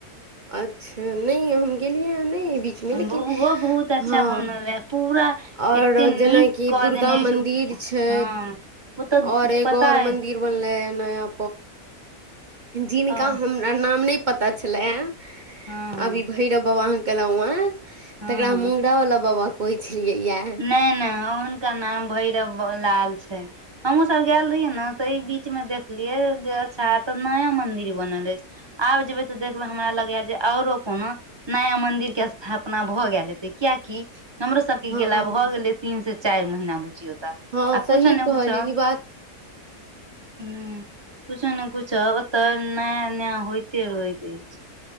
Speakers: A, on the right; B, on the right.
A: अच्छा नहि हम गेलियै ह नहि बीचमे
B: छै
A: लेकिन
B: ओहो बहुत अच्छा
A: हँ
B: बनल रहे पूरा
A: आओर
B: एते नीक
A: जेनाकि
B: कऽ
A: दुर्गा
B: देने
A: मन्दिर
B: छै
A: छै
B: हँ ओ तऽ
A: और एक
B: पता
A: और
B: अइ
A: मंदिर बनलै नया जिनका
B: हँ
A: हमरा नाम नहि पता छलै आब
B: हँ हँ
A: ई भैरव बाबा अह केलहु ह
B: हँ
A: तकरा
B: हँ
A: मुंगरा वाला बाबा कहै छै <unintelligible>
B: नहि नहि ओहुनका नाम भैरव लाल छै हमहुँ सब गेल रहियै ने तऽ ई बीच मे देखलियै जे अच्छा एतऽ नया मंदिर बनल अछि आब जेबै तऽ देखबै हमरा लगैए जे औरो कोनो नया मंन्दिर के स्थापना भऽ गेल हेते कियकि हमरो सब
A: हँ
B: गेला भऽ गेलै तीन से चारि महीना बुझियौ त
A: हँ
B: आ
A: सही
B: कुछो ने
A: कहलियै
B: कुछो
A: ई बात
B: हम्म कुछो ने कुछो ओतऽ नया नया होते रहइत अछि